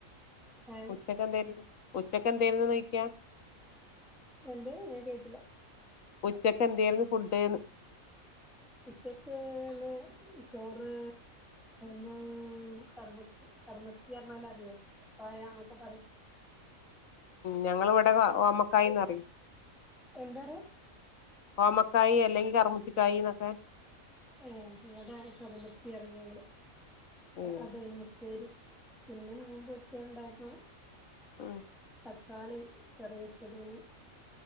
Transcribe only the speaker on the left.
ച്ചയ്ക്ക് എന്തായിരുന്നു ഉച്ചക്ക് എന്തായിരുന്നു ചോദിക്ക്യ
ഉച്ചക്കെന്തായിരുന്നു ഫുഡ്ന്ന്
ഞങ്ങള് ഇവിടെ ഓമക്കായന്ന്റയും
ഓമക്കായി അല്ലെങ്കി കറമുശിക്കായി എന്നൊക്കെ
ഉം
ഉം